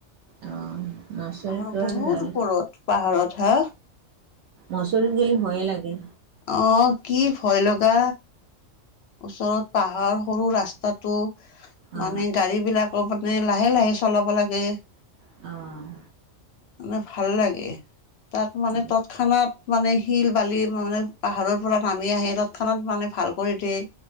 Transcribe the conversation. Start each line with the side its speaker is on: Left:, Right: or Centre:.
Right: অঁ, মচৰিত
Left: পাহাৰৰ
Right: গল
Left: বহুত
Right: জানো।
Left: ওপৰত পাহাৰত হা
Right: মচৰিত গলি ভয়ে লাগে।
Left: অঁ, কি ভয় লগা ওচৰত পাহাৰ। সৰু ৰাস্তাতটো
Right: অ
Left: মানে গাড়ী বিলাকো মানে লাহে লাহে চলাব লাগে।
Right: অঁ
Left: মানে ভাল লাগে। তাত মানে
Right: অ',
Left: তৎক্ষণাত মানে শিল বালি মানে পাহাৰৰ পৰা নামি আহে তাত। ক্ষণাত মানে ভাল কৰি দিয়ে।